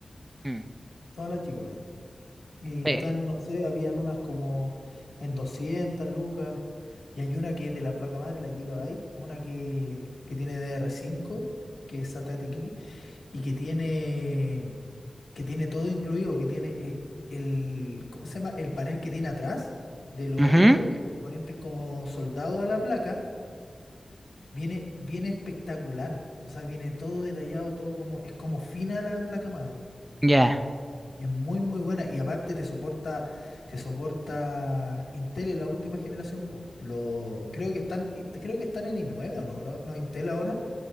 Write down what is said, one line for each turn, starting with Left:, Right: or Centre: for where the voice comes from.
Right: Mm.
Left: todas las Gigabyte. Y
Right: Sí.
Left: están, no sé, habían unas como en 200 lucas, y hay una que es de la placa madre, la Gigabyte, una que, que tiene dr cinco que es SATA de Kiki, y que tiene, que tiene todo incluido, que tiene eh, el, ¿cómo se llama? El panel que tiene atrás de los
Right: Ujú,
Left: componentes como soldado a la placa Viene, viene espectacular. O sea, viene todo detallado, todo como, es como fina la placa madre.
Right: Ya.
Left: Y es muy, muy buena. Y aparte te soporta, te soporta Intel en la última generación, po. Lo, creo que están, eh, creo que están en i9 o no. Los, los Intel ahora